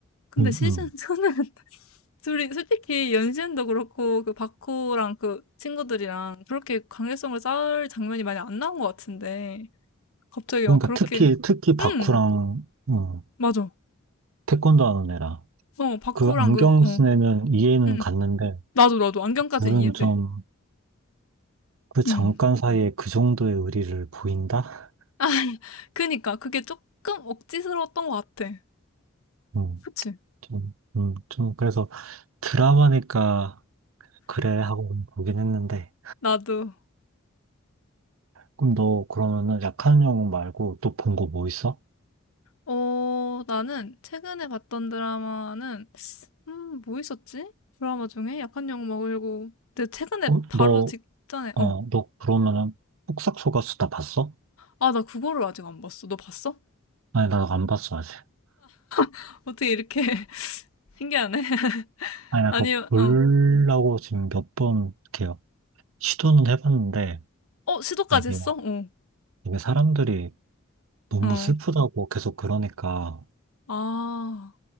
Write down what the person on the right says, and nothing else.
응,
응.
그러니까
특히, 특히 바쿠랑,
음,
태권도 하는 애라.
그 안경
쓴 애는 이해는
갔는데,
둘은
좀, 그 잠깐
사이에 그 정도의 의리를 보인다?
<laughs> 응,
좀, 음, 좀, 그래서 드라마니까, 그래, 하고 보긴 했는데.
그럼 너 그러면은 약한 영웅 말고 또 본 거 뭐 있어?
어,
너,
어,
너 그러면은 폭삭 속가수다 봤어?
아니, 나 안 봤어, 아직.
아니, 나
그거
보려고 지금 몇 번 이렇게 시도는 해봤는데,
아, 이게
막,
이게 사람들이 너무
슬프다고 계속 그러니까,